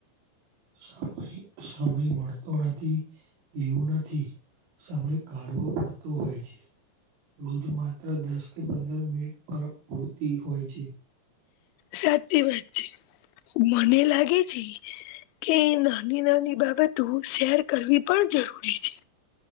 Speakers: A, on the right; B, on the left.
A: સમય સમય મળતો નથી, એવું નથી સમય કાઢવો પડતો હોય છે. રોજ માત્ર દસ કે પંદર મિનિટ પર પૂરતી હોય છે.
B: સાચી વાત છે મને લાગે છે કે નાની નાની બાબતો શેર કરવી પણ જરૂરી છે.